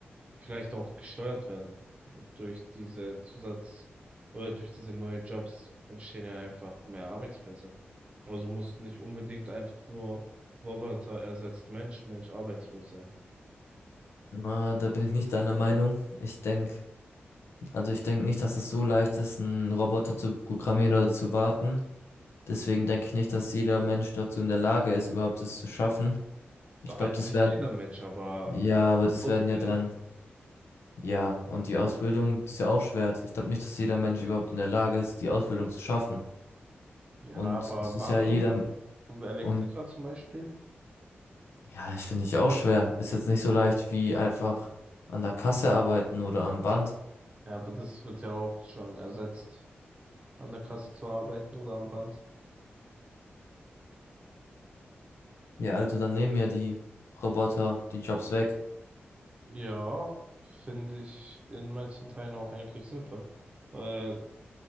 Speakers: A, on the right; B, on the left.
A: vielleicht auch gesteuert werden. Und durch diese Zusatz- oder durch diese neuen Jobs entstehen ja einfach mehr Arbeitsplätze. Also muss nicht unbedingt einfach nur Roboter ersetzt Mensch, Mensch arbeitslos sein.
B: Na, da bin ich nicht deiner Meinung. Ich denke, Also ich denke nicht, dass es so leicht ist, einen Roboter zu programmieren oder zu warten. Deswegen denke ich nicht, dass jeder Mensch dazu in der Lage ist, überhaupt das zu schaffen. Ich
A: Da also
B: glaube, das
A: nicht
B: werden,
A: jeder Mensch, aber
B: ja, aber das
A: ausgebildet.
B: werden ja dann, ja, und die Ausbildung, das ist ja auch schwer. Ich glaube nicht, dass jeder Mensch überhaupt in der Lage ist, die Ausbildung zu schaffen.
A: Ja,
B: Und
A: aber
B: es ist
A: Wartung,
B: ja jeder,
A: Elektriker
B: und
A: zum Beispiel.
B: ja, ich finde ich auch schwer. Ist jetzt nicht so leicht wie einfach an der Kasse arbeiten oder am Band.
A: Ja, aber das wird ja auch schon ersetzt, an der Kasse zu arbeiten oder am Band.
B: Ja, also dann nehmen ja die Roboter die Jobs weg.
A: Ja, finde ich in manchen Teilen auch eigentlich sinnvoll. Weil